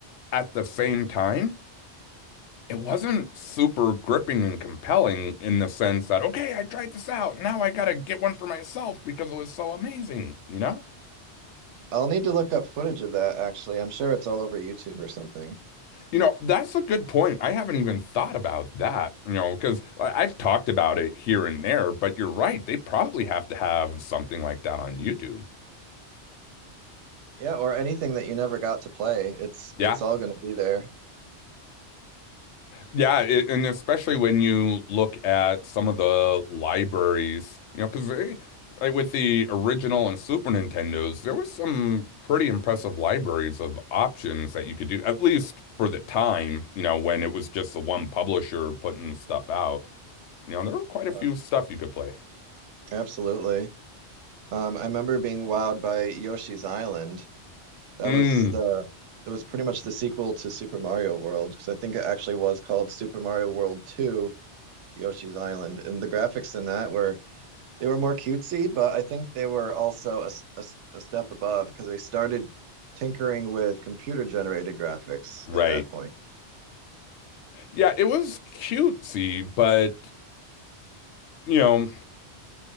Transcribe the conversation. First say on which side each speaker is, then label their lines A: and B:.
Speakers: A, on the left; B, on the right.
A: at the same time, it wasn't super gripping and compelling in the sense that, okay, I tried this out. Now I gotta get one for myself because it was so amazing, you know?
B: I'll need to look up footage of that actually. I'm sure it's all over YouTube or something.
A: You know, that's a good point. I haven't even thought about that, you know, because I've talked about it here and there, but you're right. They probably have to have something like that on YouTube.
B: Yeah, or anything that you never got to play. It's
A: Yeah.
B: it's all going to be there.
A: Yeah, it, and especially when you look at some of the libraries, you know, because they, like with the original and Super Nintendos, there was some pretty impressive libraries of options that you could do, at least for the time, you know, when it was just the one publisher putting stuff out. You know, there was quite
B: Uh,
A: a few stuff you could play.
B: Absolutely. Um, I remember being wowed by Yoshi's Island. That
A: Mm,
B: was the it was pretty much the sequel to Super Mario World because I think it actually was called Super Mario World 2 Yoshi's Island. And the graphics in that were they were more cutesy, but I think they were also a a a step above because they started tinkering with computer generated graphics
A: right.
B: at that point.
A: Yeah, it was cutesy, but you know,